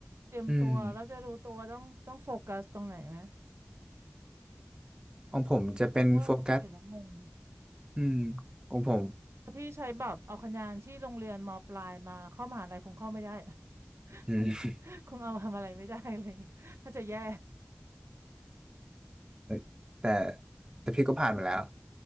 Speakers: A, on the right; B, on the right.
A: เตรียมตัวแราวจะรู้ตัวต้องต้องโฟกัสตรงไหนไหม
B: อืมของผมจะเป็นโฟกัส
A: เพราะว่าเปลี่ยนแล้วงง
B: อืมของผม
A: ถ้าพี่ใช้แบบเอาคะแนนที่โรงเรียนมปลายมาเข้ามหาลัยคงเข้าไม่ได้ <laughs>
B: อืม
A: คงคงเอามาทำอะไรไม่ได้อะไรอย่างเงี้ยน่าจะแย่
B: เอ้ยแต่แต่พี่ก็ผ่านมาแล้ว